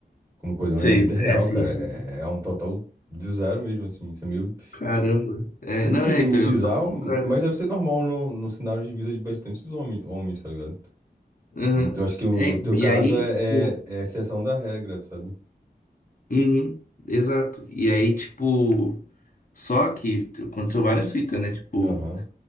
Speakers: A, on the right (about 20°); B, on the left (about 55°).
A: como coisa.
B: sei,
A: Mas na vida real,
B: é, sim,
A: cara,
B: sim.
A: é, é um total de zero mesmo, assim. Isso é meio.
B: Caramba. É,
A: Não
B: não,
A: sei
B: é,
A: se é
B: então,
A: meio
B: eu
A: bizarro,
B: sou contra.
A: mas deve ser normal no, no cenário de vida de bastantes homens, homens, tá ligado?
B: Aham.
A: Então acho que o,
B: É,
A: o
B: então,
A: teu caso
B: e aí,
A: é,
B: tipo,
A: é, é a exceção da regra, sabe?
B: uhum, exato. E aí, tipo, só que aconteceu várias fitas, né? Tipo,
A: Aham,